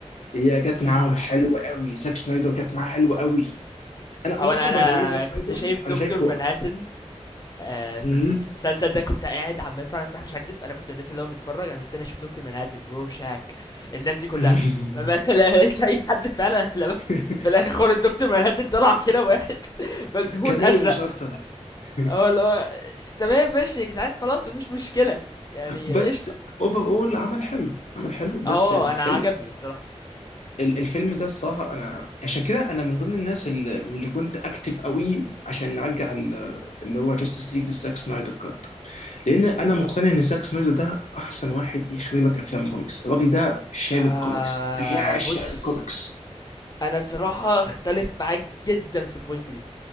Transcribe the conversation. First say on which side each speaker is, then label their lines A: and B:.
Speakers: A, on the left; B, on the left.
A: هي جت
B: إمم،
A: معاهم حلوه قوي زاك شنايدر جت معاه حلوه قوي انا
B: هو
A: انا
B: أنا
A: اصلا
B: أنا
A: باي ذا واي زاك شنايدر
B: كنت شايف دكتور
A: انا شايفه
B: مانهاتن آآ في
A: مم.
B: ال في ال في المسلسل ده كنت قاعد عمّال فعلًا الصراحة مش هاكدب، أنا كنت من الناس اللي هو متفرّج أنا مستني أشوف دكتور مانهاتن، رورشاك، الناس دي كلّها،
A: مم.
B: ما ما <laughs> لا لقيتش أي حد فعلًا لبس
A: <laughs>
B: في الآخر خالص دكتور مانهاتن طلع كده واحد <laughs> مدهون
A: كاميو
B: أزرق.
A: مش اكتر <laughs>
B: هو اللي هو تمام ماشي يا جدعان خلاص مفيش مشكلة يعني
A: بس
B: قشطة
A: اوفر اول عمل حلو عمل حلو بس
B: اه
A: الفيلم
B: انا عجبني الصراحة
A: ال- الفيلم ده الصراحه انا عشان كده انا من ضمن الناس اللي, اللي كنت اكتف قوي عشان نرجع ال- اللي هو جاستس ليج زاك سنايدر كات لان انا مقتنع ان زاك سنايدر ده احسن واحد يخرج لك افلام كوميكس الراجل ده شارب
B: آه
A: كوميكس بيعشق
B: بص
A: الكوميكس
B: انا الصراحة اختلف معاك جدا في البوينت دي